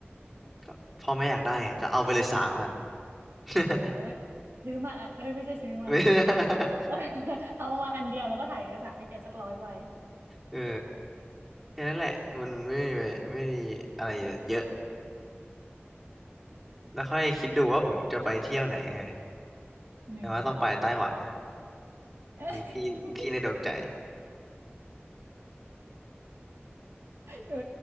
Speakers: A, in the centre; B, on the right (about 65°).
A: <laughs> ก็พ่อแม่อยากได้ไงก็เอาไปเลยสามอัน <laughs>
B: เออซื้อมาอะเอ้ยไม่ใช่ซื้อมาว่ะเออ
A: ไม่
B: <laughs> เอามาอันเดียวแล้วก็ถ่ายเอกสารให้แกสักร้อยใบ
A: เออแค่นั้นแหละ มันไม่มีไม่มีอะไรเยอะแล้วค่อยคิดดูว่าผมจะไปเที่ยวไหนไง
B: หนึ่ง
A: แต่ว่าต้องไปไต้หวันนะ
B: <laughs>
A: มีที่ที่ในดวงใจ
B: เออ